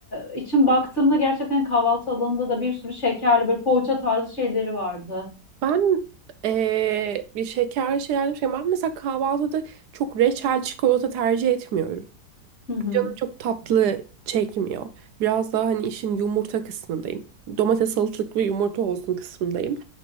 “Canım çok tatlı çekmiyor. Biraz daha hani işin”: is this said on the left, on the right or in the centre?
Right